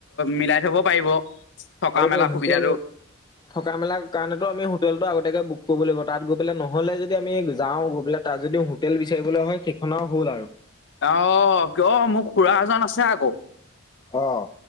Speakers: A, on the left; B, on the left.
A: মিলাই থব পাৰিব। থকা
B: এইটো
A: মেলা
B: হোটেল
A: সুবিধাটো
B: থকা মেলাৰ কাৰণেতটো আমি হোটেলটো আগতীয়াকে বুক কৰিবলৈ লাগিব। তাত গৈ পেলাই নহ'লে যদি আমি যাওঁ গৈ পেলাই তাত যদি হোটেল বিচাৰিবলৈ হয় সেইখনও হ'ল আৰু।
A: আহ কিয় মোক খুৰা এজন আছে আকৌ।
B: অ'।